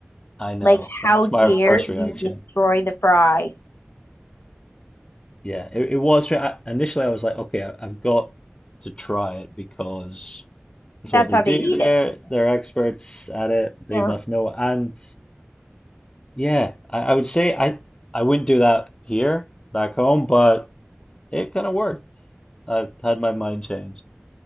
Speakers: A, on the left (about 25°); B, on the left (about 75°).
A: I know.
B: Like,
A: That
B: how
A: was
B: dare
A: my first reaction.
B: you destroy the fry?"
A: Yeah, it, it was. I, initially, I was like, okay, I, I've got to try it because that's
B: That's
A: what they
B: how
A: do
B: they eat
A: there.
B: it.
A: They're experts at it. They
B: Yeah.
A: must know. And yeah, I, I would say I, I wouldn't do that here back home, but It kind of worked. I've had my mind changed. <laughs>